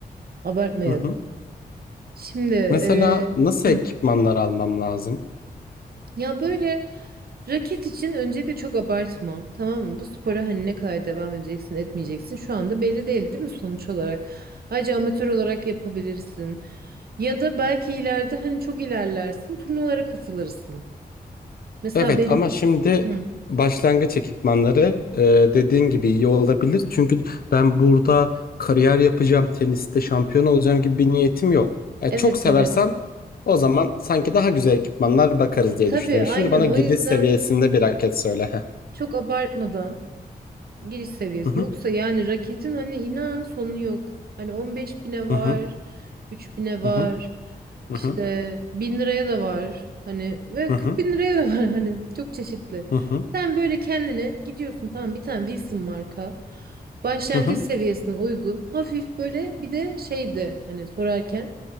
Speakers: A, on the right; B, on the left.
A: Abartmayalım.
B: Hı hı.
A: Şimdi eee,
B: Mesela nasıl
A: hı.
B: ekipmanlar almam lazım?
A: Ya böyle raket için öncelikle çok abartma tamam mı? Bu spora hani ne kadar devam edeceksin etmeyeceksin şu anda belli değil değil mi sonuç olarak? Ayrıca amatör olarak yapabilirsin. Ya da belki ileride hani çok ilerlersin turnuvalara katılırsın. Mesela
B: Evet
A: benim.
B: ama şimdi
A: Hı.
B: başlangıç ekipmanları e, dediğin gibi iyi olabilir. Çünkü ben burada kariyer yapacağım, teniste şampiyon olacağım gibi bir niyetim yok. E,
A: Evet
B: çok seversem
A: evet.
B: o zaman sanki daha güzel ekipmanlar bakarız diye
A: Tabii
B: düşünüyorum.
A: aynen
B: Şimdi bana
A: o
B: giriş
A: yüzden
B: seviyesinde bir raket söyle. Heh.
A: çok abartmadan. Giriş seviyesi.
B: Hı hı,
A: Yoksa yani raketin hani inan sonu yok. Hani 15 bine var,
B: hı hı,
A: 3 bine var,
B: hı hı, hı
A: işte
B: hı,
A: 1000 liraya da var. Hani ve
B: hı hı,
A: 40 bin liraya da var <laughs> hani çok çeşitli.
B: hı hı,
A: Sen böyle kendine gidiyorsun tamam bir tane Wilson marka. Başlangıç
B: hı hı,
A: seviyesine uygun. Hafif böyle bir de şeydi hani sorarken